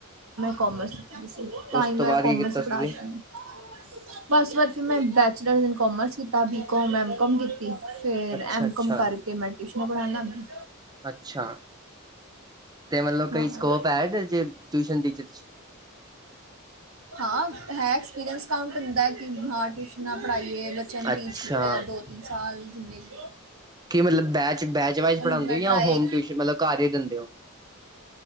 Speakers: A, on the right; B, on the right.
A: ਕੋਮਰਸ ਲਿਤੀ ਦੀ ਸੀ ਤਾਂ
B: ਉਸ
A: ਹੀ ਮੈਂ
B: ਤੋਂ ਬਾਅਦ
A: ਕੋਮਰਸ
B: ਕੀ ਕੀਤਾ ਸੀ
A: ਪੜ੍ਹਾ
B: ਤੁਸੀਂ
A: <unintelligible> ਬਸ ਵਦ ਫਿਰ ਮੈਂ ਬੈਚਲਰ ਇਨ ਕੋਮਰਸ ਕੀਤਾ। ਬੀਕੋਮ, ਐਮ ਕੋਮ ਕੀਤੀ। ਫੇਰ
B: ਅੱਛਾ
A: ਐਮ
B: ਅੱਛਾ
A: ਕੋਮ ਕਰਕੇ ਮੈਂ ਟਿਊਸ਼ਨਾਂ ਪੜ੍ਹਾਨ ਲਾਗੀ।
B: ਅੱਛਾ। ਤੇ ਮਤਲਬ ਕਈ
A: ਹਾਂ
B: ਸਕੋਪ ਹੈ ਏਦੇ ਚ' ਟਿਊਸ਼ਨ ਟੀਚਰ ਚ'?
A: ਹਾਂ। ਹੈ ਐਕਸਪੀਰੀਅਸ਼ ਕਾਊਂਟ ਹੁੰਦੈ ਕੀ ਹਾਂ, ਟਿਊਸ਼ਨਾਂ ਪੜ੍ਹਾਈਏ ਬੱਚਿਆਂ ਨੂੰ ਟੀਚ
B: ਅੱਛਾ
A: ਕੀਤਾ। ਦੋ ਤਿੰਨ ਸਾਲ ਜਿਨੇ ਵੀ
B: ਕੀ ਮਤਲਬ ਬੈਚ-ਬੈਚ ਵਾਈਜ਼
A: ਔਰ
B: ਪੜ੍ਹਾਂਦੇ
A: ਹੁਣ ਮੈਂ
B: ਓ ਯਾਂ
A: ਟਰਾਈ
B: ਹੋਮ ਟਿਊਸ਼ਨ ਮਤਲਬ ਘਰ ਈ ਦਿੰਦੇ ਓ?